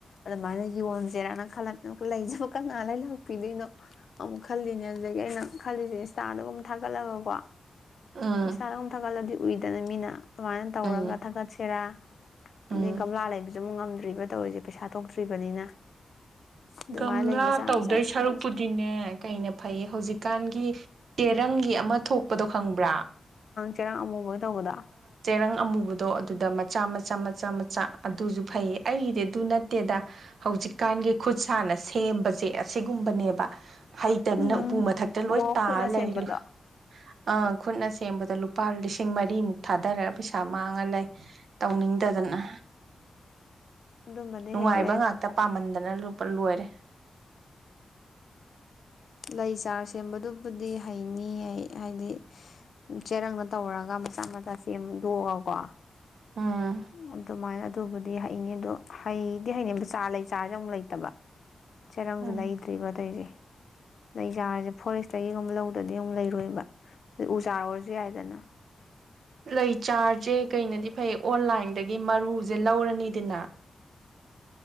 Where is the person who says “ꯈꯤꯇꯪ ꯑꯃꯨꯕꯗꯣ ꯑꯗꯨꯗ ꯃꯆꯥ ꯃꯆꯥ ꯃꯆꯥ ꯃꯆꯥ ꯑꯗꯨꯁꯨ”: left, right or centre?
Right